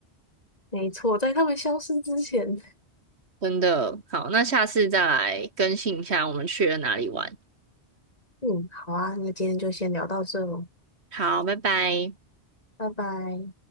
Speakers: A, on the left; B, on the right.
A: 没错，在他们消失之前，
B: 真的好，那下次再来更新一下我们去了哪里玩。
A: 嗯，好啊，那今天就先聊到这喽，
B: 好，拜拜。
A: 拜拜。